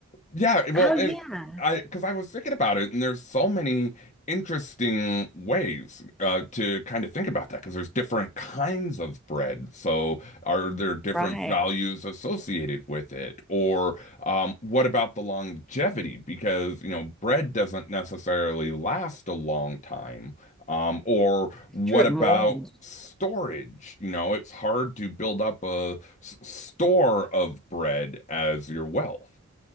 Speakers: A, on the left; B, in the centre.
A: yeah, well,
B: Oh,
A: and
B: yeah.
A: I because I was thinking about it, and there's so many interesting ways uh, to kind of think about that because there's different kinds of bread. So are there different
B: Right.
A: values associated with it? Or um, what about the longevity? Because, you know, bread doesn't necessarily last a long time. Um, or
B: It's
A: what
B: true. It
A: about
B: molds.
A: storage? You know, it's hard to build up a s- store of bread as your wealth.